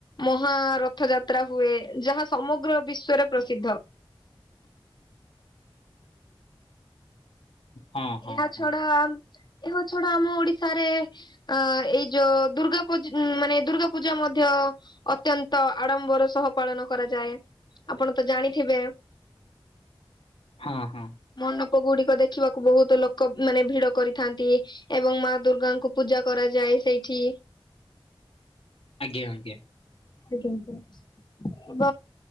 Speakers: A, on the left; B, on the left.
A: ମହା ରଥଯାତ୍ରା ହୁଏ ଯାହା ସମଗ୍ର ବିଶ୍ଵରେ ପ୍ରସିଦ୍ଧ।
B: ହଁ ହଁ
A: ଏହା
B: ହଁ।
A: ଛଡା ଏହା ଛଡା ଆମ ଓଡିଶାରେ ଅ ଏଇ ଯୋଉ ଦୁର୍ଗା ପୂଜ ଉମ୍ ମାନେ ଦୁର୍ଗା ପୂଜା ମଧ୍ୟ ଅତ୍ୟନ୍ତ ଆଡମ୍ବର ସହ ପାଳନ କରାଯାଏ। ଆପଣ ତ ଜାଣିଥିବେ?
B: ହଁ ହଁ।
A: ମଣ୍ଡପ ଗୁଡିକ ଦେଖିବାକୁ ବହୁତ ଲୋକ ଉଁ ମାନେ ଭିଡ କରିଥାନ୍ତି। ଏବଂ ମା ଦୁର୍ଗାଙ୍କୁ ପୂଜା କରାଯାଏ ସେଇଠି।
B: ଆଜ୍ଞା! ଆଜ୍ଞା।
A: ଏବଂ